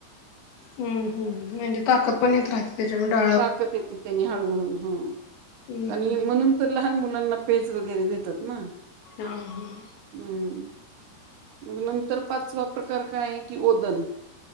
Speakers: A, on the left; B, on the right.
A: हम् हम् ह म्हणजे ताकत पन येत राहते तेज्यामूळ डा
B: ताकत येते त्यानी हळूहळू हा
A: हम्म
B: आणि
A: हम्म
B: म्हणून तर लहान मुलांना पेज वगैरे देतात ना.
A: हा, हां.
B: हम्म मग नंतर पाचवा प्रकार काय आहे कि ओदन